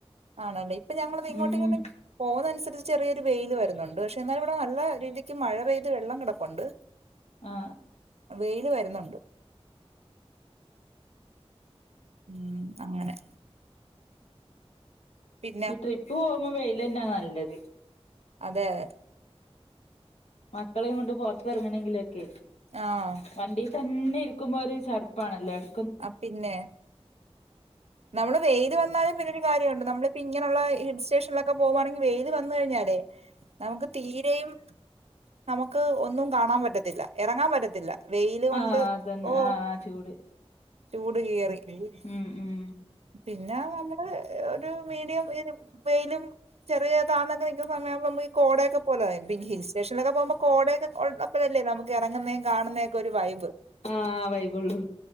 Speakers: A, on the right; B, on the left.
A: ആണല്ലേ ഇപ്പ ഞങ്ങള്താ ഇങ്ങോട്ടിങ്ങനെ
B: ഉം
A: പോകുന്നനുസരിച്ച് ചെറിയൊരു വെയില വര് ന്ന്ണ്ട് പക്ഷെ എന്നാല് ഇവടെ നല്ല രീതിക്ക് മഴ പെയ്ത് വെള്ളം കെടപ്പുണ്ട്
B: ആ
A: വെയിൽ വരുന് ന്ന്ണ്ട് ഉം അങ്ങനെ പിന്നെ
B: ഇ ട്രിപ്പു പോ മ്പോ വെയിലെന്നെ നല്ലത്
A: അതെ അതെ
B: മക്കളെയും കൊണ്ട് പൊറത്ത് ഇറങ്ങണേങ്കില് <unintelligible>
A: ആഹ്
B: വണ്ടി തന്നെ ഇരിക്കുമ്പോ ഒരു ചടപ്പാണല്ലോ എട
A: ആ പിന്നെ നമ്മള് വെയ്ല് വന്നാലും പിന്നൊരു കാര്യ ഉണ്ട് നമ്മള്പ്പം ഇങ്ങനെയുള്ള ഹിട്സേഷ <unintelligible> പോവാണെങ്കി വെയില് വന്ന് കഴിഞ്ഞാലേ നമക്ക് തീരയും നമുക്ക് ഒന്നും കാണാൻ പറ്റത്തില്ല. ഇറങ്ങാൻ പറ്റത്തില്ല. വെയില് കൊണ്ട്
B: ആ അതന്നെ
A: ഓ
B: ആ ആ ചൂട്
A: ചൂട് കേറി നേടി
B: ഉം ഉം
A: പിന്നെ നമ്മള് ഒരു മീഡിയം വെയിലും വെയിലും ചെറിയതാന്നൊക്കെ നിൽക്കുന്ന സമയാകുമ്പോ നമക്ക് ഈ കോടയൊക്കെ പോലെ ഹിൽ സ്റ്റേഷനിലൊക്കെ പോകുമ്പോ കോടയൊക്കെ ഉള്ളപ്പഴല്ലേ നമുക്ക് ഇറങ്ങ്ന്നേ കാണുന്നന്നേക്കെ ഒരു വൈബ്.
B: ആ വൈകൊള്ളൂ.